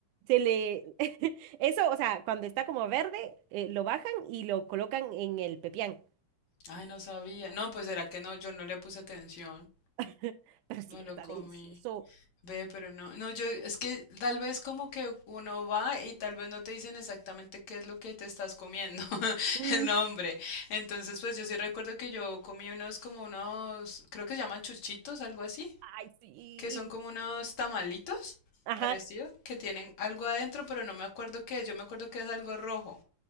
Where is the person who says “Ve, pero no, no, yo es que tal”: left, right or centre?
Left